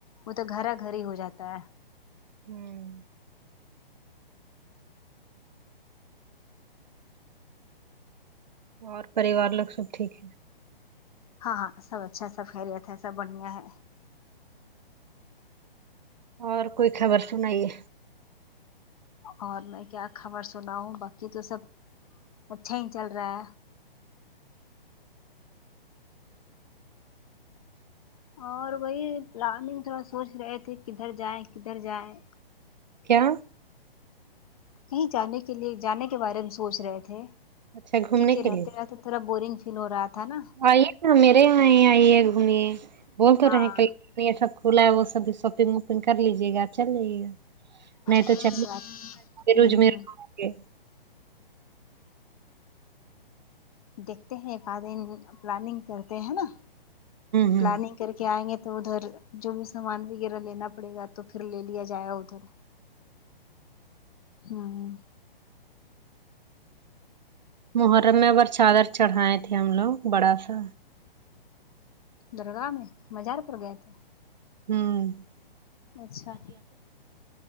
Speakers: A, on the left; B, on the right.
A: وہ تو گھرا گھر ہی ہو جاتا ہے
B: امم اور پریوار لوگ سب ٹھیک ہے
A: ہاں ہاں سب اچھا ہے سب خیریت ہے سب بڑھیا ہے
B: اور کوئی خبر سنائیے
A: اور میں کیا خبر سناو باقی تو سب اچھا ہی چل رہا ہے اور وہی پلاننگ تھوڑا سوچ رہے تھے کدھر جائیں کدھر جائیں
B: کیا
A: کہیں جانے کے لیے جانے کے بارے میں سوچ رہے تھے
B: اچھا گھومنے
A: کیونکہ
B: کے
A: رہتے
B: لیے
A: رہتے تھوڑا بورنگ فیل ہو رہا تھا نا
B: آئیے نہ میرے یہاں ہی آئیے گھو میے بول کر
A: ہاں
B: رہے ہیں کل نہیں یہ سب کھلا ہے وہ سب شاپنگ وپنگ کر لیجیے گا چلیے نہیں
A: اچھا
B: تو چ
A: ہوں
B: روج میر
A: ہوں
B: <unintelligible>
A: دیکھتے ہیں ایک آد دن پلاننگ کرتے ہیں نا
B: ہوں
A: پلاننگ کر کے آئیں گے تو ادھر جو بھی سامان وغیرہ لینا پڑے گا تو پھر لے لیا جائے ادھر امم
B: محرم میں اگر چادر چڑھائے تھے ہم لوگ بڑا سا
A: درگاہ میں مزار پر گئے تھے
B: امم
A: اچھا